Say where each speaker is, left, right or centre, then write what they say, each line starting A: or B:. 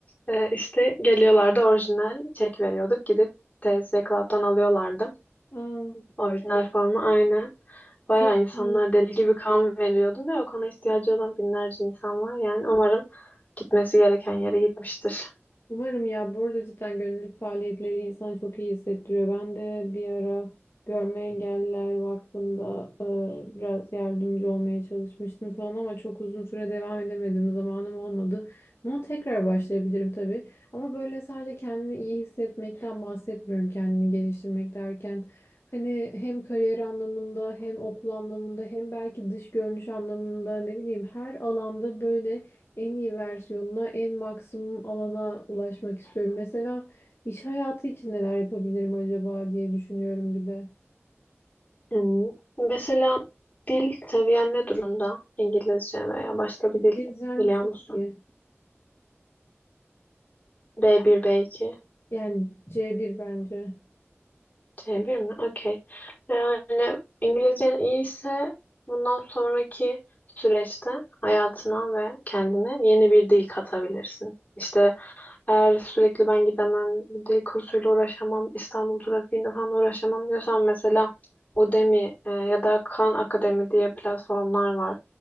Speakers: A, on the left; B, on the left.
A: Ee, işte geliyorlardı orijinal çek veriyorduk. Gidip TSC Club'dan alıyorlardı.
B: Aa,
A: Orijinal forma aynen. Bayağı
B: çok
A: insanlar
B: iyi.
A: deli gibi kan veriyordu ve o kana ihtiyacı olan binlerce insan var. Yani umarım gitmesi gereken yere gitmiştir.
B: Umarım ya bu arada cidden gönüllülük faaliyetleri insanı çok iyi hissettiriyor. Ben de bir ara Görme Engelliler Vakfı'nda e, biraz yardımcı olmaya çalışmıştım falan ama çok uzun süre devam edemedim. Zamanım olmadı. Bunu tekrar başlayabilirim tabii. Ama böyle sadece kendini iyi hissetmekten bahsetmiyorum. Kendini geliştirmek derken hani hem kariyer anlamında hem okul anlamında hem belki dış görünüş anlamında ne bileyim her alanda böyle en iyi versiyonuna, en maksimum alana ulaşmak istiyorum. Mesela iş hayatı için neler yapabilirim acaba diye düşünüyorum bir de.
A: Hmm. Mesela dil seviyen ne durumda? İngilizce veya başka bir dil
B: Gezem
A: biliyor
B: çok
A: musun?
B: iyi.
A: B1, B2.
B: Yani C1 bence.
A: c bir mi? Okey. Yani İngilizcen iyiyse bundan sonraki süreçte hayatına ve kendine yeni bir dil katabilirsin. İşte eğer sürekli ben gidemem, bir dil kursuyla uğraşamam, İstanbul trafiğinde falan uğraşamam diyorsan mesela Udemy e, ya da Khan Akademi diye platformlar var.